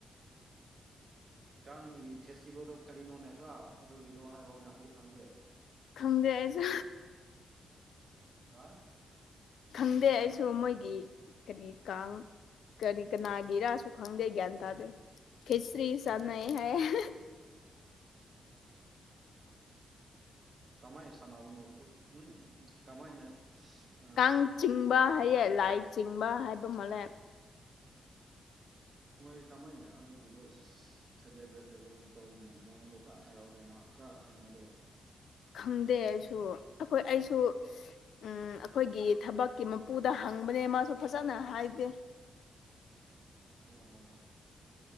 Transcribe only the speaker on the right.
ꯀꯥꯡꯒꯤ ꯐꯦꯁꯇꯤꯚꯦꯜꯗꯣ ꯀꯔꯤꯅꯣꯅꯦ ꯈꯥꯔ ꯑꯗꯨꯒꯤꯗꯣ ꯍꯥꯏꯔꯛꯑꯣꯅ ꯑꯩꯗꯤ ꯈꯪꯗꯦ
ꯍꯥ
ꯀꯃꯥꯏꯅ ꯁꯥꯟꯅꯕꯅꯣ ꯀꯣ ꯎꯝ ꯀꯃꯥꯏꯅ ꯑꯥ
ꯃꯣꯏ ꯀꯃꯥꯏꯅ ꯑꯗꯨꯒꯤꯗꯣ ꯁꯤꯁ ꯁꯦꯂꯦꯕ꯭ꯔꯦꯠ ꯇꯧꯕ ꯔꯣꯝꯇꯧꯕ ꯃꯑꯣꯡꯗꯣ ꯈꯥꯔ ꯍꯥꯏꯔꯛꯎꯗꯅ ꯈꯥꯔ ꯍꯪꯉꯗꯤ
ꯑꯣ